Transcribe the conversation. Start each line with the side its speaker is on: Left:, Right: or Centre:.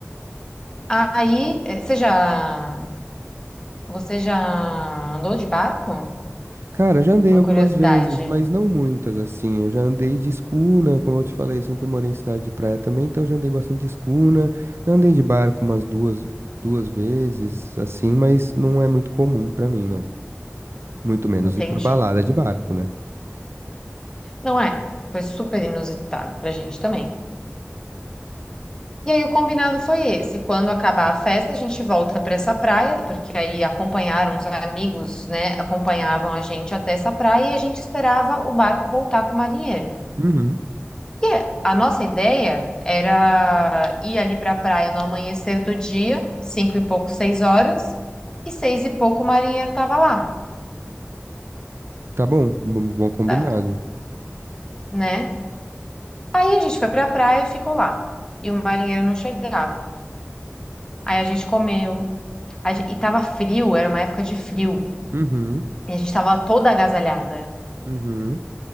Left: Aí, eh, você já, você já andou de barco?
Right: Cara, já andei
Left: Uma
Right: algumas
Left: curiosidade.
Right: vezes, mas não muitas, assim. Eu já andei de escuna, como eu te falei, eu sempre morei em cidade de praia também, então eu já andei bastante de escuna. Já andei de barco umas duas, duas vezes, assim, mas não é muito comum pra mim, não. Muito menos
Left: Entendi.
Right: ir pra balada de barco, né?
Left: Não é? Foi super inusitado pra gente também. E aí o combinado foi esse. Quando acabar a festa, a gente volta pra essa praia, porque aí acompanharam os amigos, né? Acompanhavam a gente até essa praia e a gente esperava o barco voltar com o marinheiro.
Right: Uhum.
Left: E a nossa ideia era ir ali para a praia no amanhecer do dia, cinco e pouco, seis horas, e seis e pouco o marinheiro estava lá,
Right: Tá bom, bom bom combinado.
Left: tá? né? Aí a gente foi para a praia e ficou lá. E o marinheiro não chegava. Aí a gente comeu. A gen- e tava frio, era uma época de frio.
Right: Uhum,
Left: E a gente tava toda agasalhada.
Right: uhum.